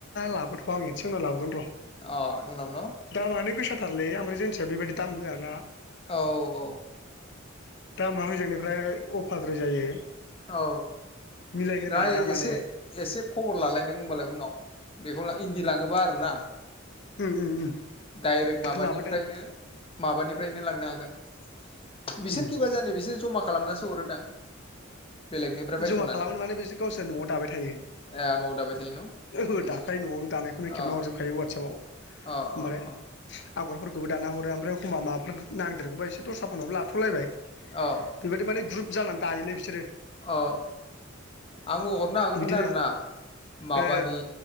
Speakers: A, on the left; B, on the left.
A: लाबोथ' आं एदस उनाव लाबोगोन र'
B: अ उनाव न'
A: दामानो गोसा थारलै ओमफ्राय जोंनिथिया बेबायदि दाम होआ ना
B: औ औ <unintelligible>
A: दामा हजोंनिफ्राय अफाद्राय जायो
B: औ औ
A: मिलायहोनो
B: नाय
A: हाया माने
B: एसे एसे खबर लालाय नों होमबालाय उनाव बेखौ इन्दि लाङोबा आरो ना
A: उम उम उम
B: डाइरेक्ट माबानिफ्रायनो
A: लाबोदों
B: माबानिफ्रायनो लांनो हागोन बिसोर
A: उम
B: खिबा जानि बिसोर जमा खालामनासो हरोदां बेलेगनिफ्राय बायस'नानै
A: जमा खालामनो माने बिसोर गावसोर न'आव दाबाय थायो
B: ए न'आव दाबाय थायो न'
A: ओहो
B: उम
A: दाखायो न'आवनो दानायखौनो खेबना
B: अ
A: हरजोबखायो वाटसएपाव
B: अ अ
A: माले
B: अ
A: आगरफोरखौबो दाना हरो ओमफ्राय एखमबा माबा नांदेरगौबा एसे दस्राफोरनाव लाथ'लायबाय
B: औ
A: बेबायदि माने ग्रुप जानानै दायोलाय बिसोरो
B: अ आंबो हरनो हागौमोन
A: बिदिनो
B: आरोना माबानि
A: ए